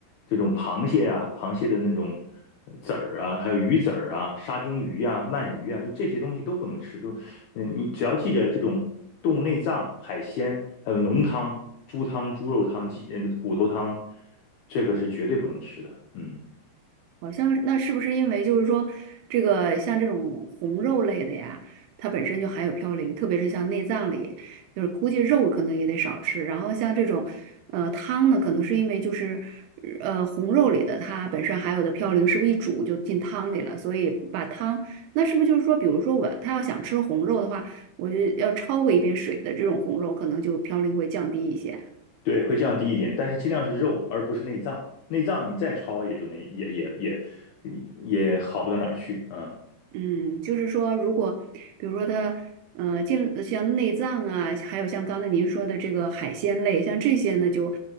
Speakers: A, on the left (about 80°); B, on the right (about 80°).
A: 这种螃蟹啊、螃蟹的那种籽儿啊，还有鱼籽儿啊、沙丁鱼啊、鳗鱼啊，就这些东西都不能吃。就嗯，你只要记得这种动物内脏、海鲜，还有浓汤、猪汤、猪肉汤、鸡呃骨头汤，这个是绝对不能吃的。嗯。
B: 好像是那是不是因为就是说，这个像这种红肉类的呀，它本身就含有嘌呤，特别是像内脏里，就是估计肉可能也得少吃。然后像这种，呃，汤呢，可能是因为就是，呃，红肉里的它本身含有的嘌呤，是不是一煮就进汤里了？所以把汤，那是不是就是说，比如说我他要想吃红肉的话，我就要焯过一遍水的这种红肉，可能就嘌呤会降低一些。
A: 对，会降低一点，但是尽量是肉，而不是内脏。内脏你再焯也就那也也也也也好不到哪儿去，嗯。
B: 嗯，就是说，如果比如说它，呃，进像内脏啊，还有像刚才您说的这个海鲜类，像这些呢就，